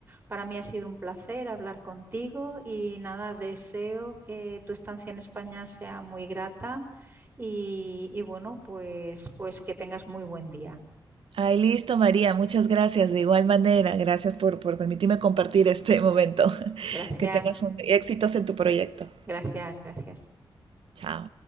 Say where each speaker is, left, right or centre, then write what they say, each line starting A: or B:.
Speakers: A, on the right; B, on the right.
A: Para mí ha sido un placer hablar contigo y nada, deseo que tu estancia en España sea muy grata y, y bueno, pues, pues que tengas muy buen día.
B: Ay, listo, María, muchas gracias. De igual manera, gracias por, por permitirme compartir este momento. <laughs>
A: Gracias,
B: Que tengas un, éxitos en tu proyecto.
A: gracias, gracias.
B: Chao.